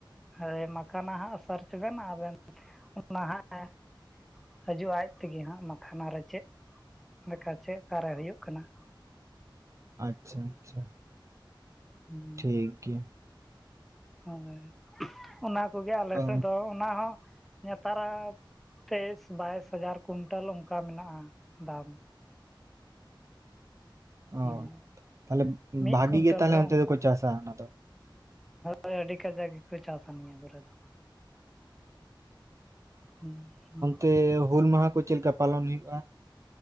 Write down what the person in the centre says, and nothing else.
ᱦᱚᱭ ᱢᱟᱠᱷᱟᱱᱟ ᱦᱟᱸᱜ ᱥᱟᱨᱪ ᱵᱮᱱ ᱟᱵᱮᱱ ᱱᱟᱦᱟᱜ ᱦᱤᱡᱩᱜ-ᱟ ᱟᱡ ᱛᱮᱜᱮ ᱦᱟᱸᱜ ᱢᱟᱠᱷᱟᱱᱟ ᱨᱮ ᱪᱮᱫ ᱞᱮᱠᱟ ᱪᱮᱫ ᱚᱠᱟᱨᱮ ᱦᱩᱭᱩᱜ ᱠᱟᱱᱟ
ᱦᱩᱸ
ᱦᱚᱭ ᱚᱱᱟ ᱠᱚᱜᱮ ᱟᱞᱮ
ᱥᱮᱫ ᱫᱚ ᱚᱱᱟ ᱦᱚᱸ ᱱᱮᱛᱟᱨᱟᱜ ᱛᱮᱭᱤᱥ ᱵᱟᱭᱤᱥ ᱦᱟᱡᱟᱨ ᱠᱩᱭᱤᱱᱴᱟᱞ ᱚᱱᱠᱟ ᱢᱮᱱᱟᱜ-ᱟ ᱫᱟᱢ
ᱦᱩᱸ
ᱢᱤᱫ
ᱠᱩᱭᱤᱱᱴᱟᱞ
ᱨᱮ
ᱚᱱᱠᱟ
ᱦᱳᱭ ᱟᱹᱰᱤ ᱠᱟᱡᱟᱠ ᱜᱮᱠᱚ ᱪᱟᱥᱟ ᱱᱤᱭᱟᱹ ᱠᱚᱨᱮ ᱫᱚ᱾ ᱦᱩᱸ ᱦᱩᱸ